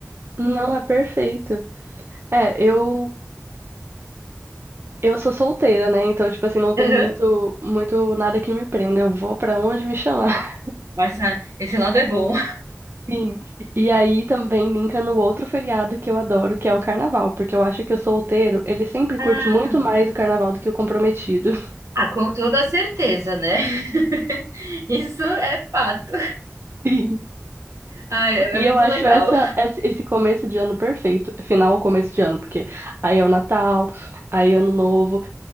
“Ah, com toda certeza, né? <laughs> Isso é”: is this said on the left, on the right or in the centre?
Right